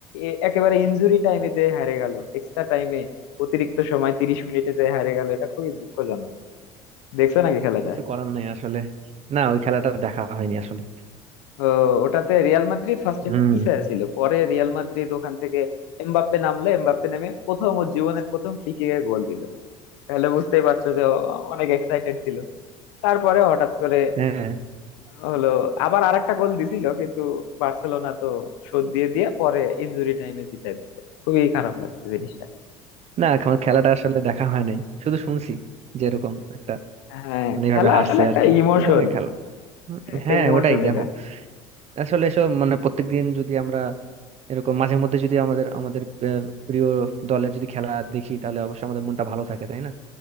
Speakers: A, on the left (about 80°); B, on the right (about 45°).
A: এ- একেবারে ইনজুরি টাইমে যে হারে গেল এক্সট্রা টাইমে অতিরিক্ত সময় তিরিশ মিনিটে যে হারে গেল এটা খুবই দুঃখজনক দেখছো নাকি খেলাটা
B: কিছু করার নাই আসলে না ওই খেলাটা দেখা হয়নি আসলে
A: ও, ওটাতে রিয়াল মাদ্রিদ ফার্স্টে
B: হম
A: পিছিয়ে ছিল পরে রিয়াল মাদ্রিদ ওখান থেকে এমবাপ্পে নামলে এমবাপ্পে নেমে প্রথম ওর জীবনের প্রথম ফ্রি কিকে গোল দিল তাহলে বুঝতেই পারছো যে ও অনেক এক্সাইটেড ছিল তারপরে হঠাৎ করে
B: হ্যাঁ
A: হলো আবার আরেকটা গোল দিছিল কিন্তু বার্সেলোনা তো শোধ দিয়ে দিয়ে পরে ইনজুরি টাইমে জিতে দিচ্ছে খুবই খারাপ লাগছে জিনিসটা
B: না আমার খেলাটা আসলে দেখা হয় নাই শুধু শুনছি যে এরকম একটা
A: হ্যাঁ
B: মানে এইভাবে
A: খেলা
B: হারছে
A: আসলে একটা
B: আর কি
A: ইমোশন
B: আহ, খেলা উম,
A: একটা
B: হ্যাঁ
A: ইমোশন
B: ওটাই দেখো
A: এটা
B: আসলে এসব মানে প্রত্যেকদিন যদি আমরা এরকম মাঝে মধ্যে যদি আমাদের আমাদের আহ, প্রিয় দলের যদি খেলা দেখি তাহলে অবশ্যই আমাদের মনটা ভালো থাকে তাই না